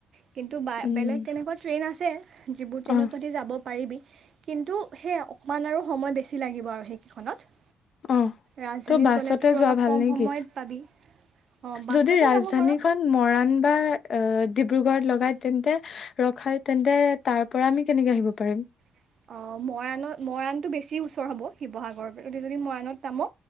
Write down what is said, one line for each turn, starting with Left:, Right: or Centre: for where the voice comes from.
Right: কিন্তু বাই
Left: উম,
Right: বেলেগ তেনেকুৱা ট্ৰেইন আছে, যিবোৰ ট্ৰেইনত
Left: অহ,
Right: তহঁতি যাব পাৰিবি। কিন্তু সেয়া অ', অকমান আৰু সময় বেছি লাগিব আৰু সেইকেইখনত।
Left: অ',
Right: ৰাজধানীত
Left: ত', বাছতে
Right: গ'লে তোৰ
Left: যোৱা
Right: অলপ
Left: ভাল
Right: কম
Left: নেকি?
Right: সময়ত পাবি অঁ বাছতে
Left: যদি ৰাজধানীখন
Right: যাব পাৰ
Left: মৰাণ বা অ ডি ডিব্ৰুগড়ত লগাই তেন্তে ৰখাই তেন্তে তাৰ পৰা আমি কেনেকে আহিব পাৰিম?
Right: অ', মৰাণৰ, মৰাণটো বেছি ওচৰ হ'ব শিৱ শিৱসাগৰ, তহঁতি যদি মৰাণত নামো,